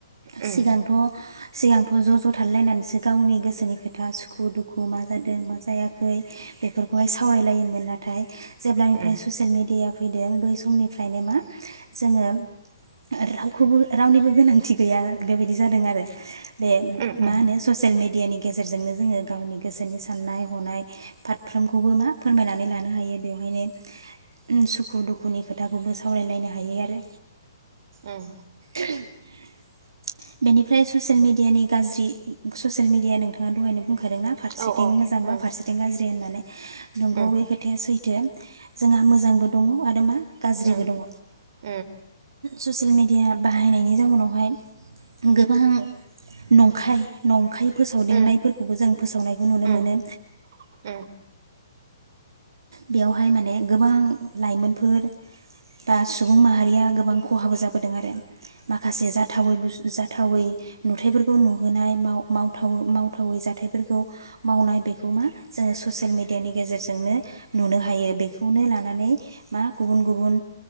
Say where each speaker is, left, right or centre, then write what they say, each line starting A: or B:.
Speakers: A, on the right (about 55°); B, on the right (about 85°).
A: उम
B: सिगांथ' सिगांथ' ज' ज' थालायलायनानैसो गावनि गोसोनि खोथा सुखु-दुखु मा जादों मा जायाखै बेफोरखौहाय सावरायलायोमोन नाथाय जेब्लानिफ्राय
A: उम
B: ससियेल मेडियाया फैदों बै समनिफ्रायनो मा जोङो ओ रावखौबो रावनिबो गोनांथि गैया बेबायदि जादों आरो बे
A: उम उम
B: मा होनो ससियेल मेडियानि गेजेरजोंनो जोङो गावनि गोसोनि साननाय हनाय फारफ्रोमखौबो मा फोरमायनानै लानो हायो बेवहायनो सुखु-दुखुनि खोथाखौबो सावरायलायनो हायो आरो।
A: उम
B: बेनिफ्राय ससियेल मेडियानि गाज्रि ससियेल मिडिया नोंथाङा दहायनो बुं खादों ना फारसेथिं
A: औ औ
B: मोजां
A: उम
B: बा फारसेथिं गाज्रि होननानै नंगौ
A: उम
B: बे खोथाया सैथो जोंहा मोजांबो दङ आरो मा गाज्रिबो
A: उम
B: दङ‌
A: उम
B: ससियेल मेडिया बाहायनायनि जाउनावहाय गोबां नंखाय नंखाय फोसावदिंनायफोरखौबो
A: उम
B: जों फोसावनायखौ
A: उम
B: नुनो मोनो
A: उम उम
B: बेयावहाय माने गोबां लाइमोनफोर बा सुबुं माहारिया गोबां खहाबो जाबोदों आरो माखासे जाथावै बुस जाथावै नुथायाइफोरखौ नुहोनाय माव मावथा मावथावै जाथायफोरखौ मावनाय बेखौ मा जोङो ससियेल मेडियानि गेजेरजोंनो नुनो हायो बेखौनो लानानै मा गुबुन गुबुन